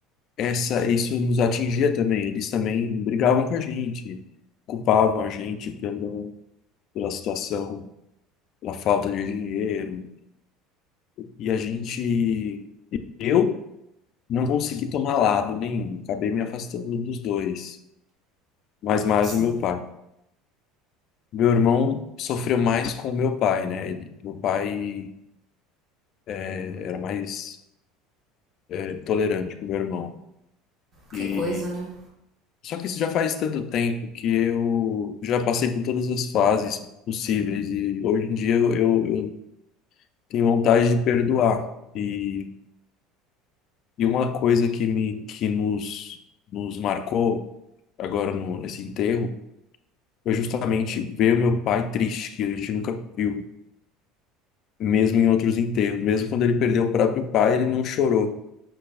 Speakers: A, on the left; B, on the right.
A: essa, isso nos atingia também. Eles também brigavam com a gente, culpavam a gente pela, pela situação, pela falta de dinheiro. E a gente, eu não consegui tomar lado nenhum. Acabei me afastando dos dois, mas mais
B: Sim.
A: o meu pai. Meu irmão sofreu mais com o meu pai, né? Ele, meu pai eh, era mais eh, tolerante com o meu irmão. E
B: Que coisa, né?
A: Só que isso já faz tanto tempo que eu já passei por todas as fases possíveis e hoje em dia eu, eu, eu tenho vontade de perdoar. E, e uma coisa que me que nos nos marcou agora no, nesse enterro foi justamente ver o meu pai triste, que a gente nunca viu, mesmo em outros enterros, mesmo quando ele perdeu o próprio pai, ele não chorou.